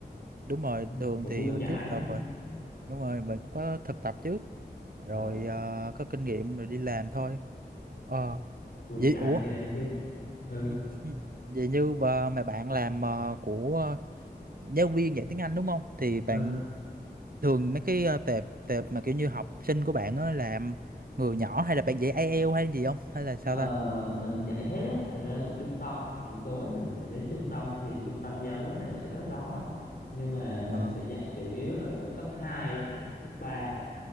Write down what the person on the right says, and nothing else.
đúng rồi
thường
thì
hồi
trước là mình đúng rồi mình cũng có thực tập trước
rồi ờ, có kinh nghiệm rồi đi làm thôi ờ
vậy
ủa
<laughs> vậy như bà, mà bạn làm ờ, của ờ, giáo viên dạy tiếng Anh đúng không thì bạn
thường mấy cái ờ, tệp tệp mà kiểu như học sinh của bạn á làm người nhỏ hay là bạn dạy IELTS hay gì không hay là sao
ta
ờ